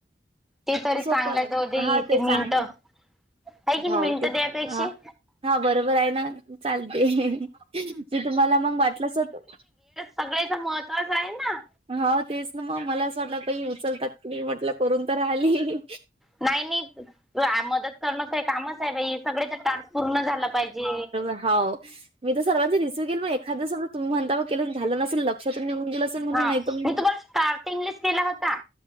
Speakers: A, in the centre; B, on the right.
A: ते तरी
B: सोप
A: चांगलाच
B: ह
A: होते
B: ते
A: मिनिट
B: चांग
A: आहे की नाही
B: हो
A: मिनिटं
B: ते
A: त्यापेक्षा
B: ह हा बरोबर आहे ना चालते तेी तुम्हाला मग वाटलंचत
A: सगळ्याथं महत्त्वाचं आहे ना
B: हो तेच ना मग मला असं वाटलं काही उचलतात की म्हटलं करून तर राहिली
A: नाही नाही मदत करणंचही कामच आहे बाई सगळेच टार्स पूर्ण झाला पाहिजे
B: हो मी तर सर्वांचे रिसव्ह के मग एखाद्या समज तु् म्हणता के झालं नसेल लक्षातून निघून गेलं असेल म्हणून
A: हा
B: नाही तर
A: मी तुम्हाला स्टार्ट इंग्लिश केला होता